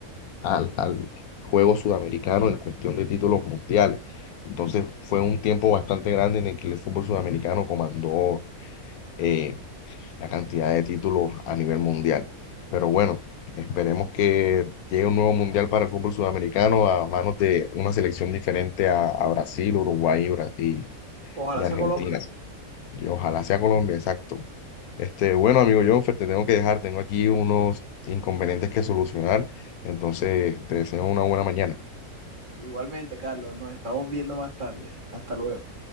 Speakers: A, on the left; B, on the right.
A: al, al juego sudamericano en cuestión de títulos mundiales. Entonces fue un tiempo bastante grande en el que el fútbol sudamericano comandó eh, la cantidad de títulos a nivel mundial. Pero bueno, esperemos que llegue un nuevo mundial para el fútbol sudamericano a manos de una selección diferente a, a Brasil, Uruguay y, Bra- y
B: Ojalá
A: y Argentina.
B: sea Colombia.
A: Y ojalá sea Colombia, exacto. Este, bueno, amigo Jonfer, te tengo que dejar, tengo aquí unos inconvenientes que solucionar, entonces te deseo una buena mañana.
B: Igualmente, Carlos, nos estamos viendo más tarde. Hasta luego.